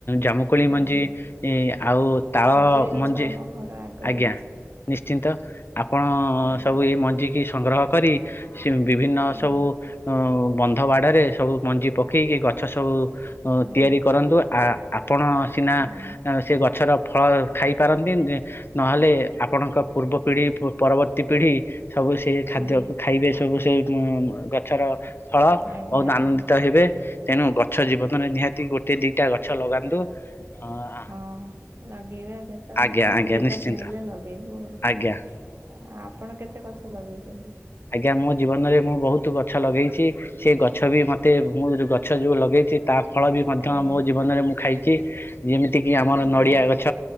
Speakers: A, on the left; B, on the right.
A: ଜାମୁ କୋଳି ମଞ୍ଜି
B: ଆଜ୍ଞା
A: ତା ତାଳ
B: ଖଜୁରୀ ଗଛ
A: ମଞ୍ଜି
B: ଆମ ଘର ଆଗରେ
A: ଆଜ୍ଞା।
B: ଅଛି
A: ନିଶ୍ଚିନ୍ତ ଆପଣ
B: ଆଜ୍ଞା
A: ସବୁ ଏଇ ମଞ୍ଜି କି ସଂଗ୍ରହ କରି ବିଭିନ୍ନ
B: ଆଜ୍ଞା
A: ସବୁ ଉ ବନ୍ଧ ବାଡରେ ସବୁ ମଞ୍ଜି ପକେଇକି ଗଛ ସବୁ
B: ଆଜ୍ଞା
A: ତିଆରି କରନ୍ତୁ ଆ ଆପଣ ସିନା
B: ଆଜ୍ଞା
A: ସେ ଗଛର ଫଳ ଖାଇ ପାରନ୍ତି ନହେଲେ ଆପଣଙ୍କ ପୂର୍ବ ପିଢ଼ି ପରବର୍ତ୍ତୀ ପିଢ଼ି ସବୁ ସେ ଖାଦ୍ୟକୁ
B: ଆଜ୍ଞା
A: ଖାଇବେ ସବୁ ସେ ଗଛର। ଫଳ
B: ଆଜ୍ଞା
A: ବହୁତ ଆନନ୍ଦିତ
B: ଆଜ୍ଞା
A: ହେବେ। ତେଣୁ ଗଛ ଜୀବନରେ ନିହାତି ଗୋଟେ ଦିଟା ଗଛ ଲଗାନ୍ତୁ ଅ
B: ହଁ ଲଗେଇବା କଥା
A: ଆଜ୍ଞା
B: ମାନେ
A: ଆଜ୍ଞା
B: ସୁବିଧା
A: ନିଶ୍ଚିନ୍ତ
B: ମିଳିଲେ ଲଗେଇବୁ ଆଉ।
A: ଆଜ୍ଞା
B: ଆପଣ କେତେ ଗଛ ଲଗେଇଛନ୍ତି?
A: ଆଜ୍ଞା ମୋ ଜୀବନରେ ମୁଁ ବହୁତ ଗଛ ଲଗେଇଛି। ସେ ଗଛ ବି ମତେ ମୁଁ ଯୋଉ ଗଛ ଯୋଉ ଲଗେଇଛି ତା ଫଳ ବି ମଧ୍ୟ
B: ଆଜ୍ଞା
A: ମୋ ଜୀବନରେ ମୁଁ ଖାଇଛି। ଯେମିତି କିି ଆମର
B: ଆଜ୍ଞା
A: ନଡ଼ିଆ ଗଛ